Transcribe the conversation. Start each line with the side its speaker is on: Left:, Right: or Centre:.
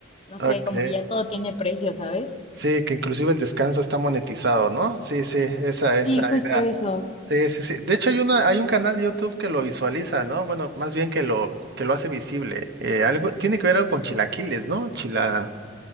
Left: no
Right: Ok.
Left: sé, como que ya todo tiene precio, ¿sabes?
Right: Sí, que inclusive el descanso está monetizado, ¿no? Sí, sí, esa,
Left: Sí,
Right: esa
Left: justo
Right: idea.
Left: eso.
Right: Sí, sí, sí. De hecho, hay una, hay un canal de YouTube que lo visualiza, ¿no? Bueno, más bien que lo, que lo hace visible. Eh, algo, tiene que ver algo con chilaquiles, ¿no? Chila,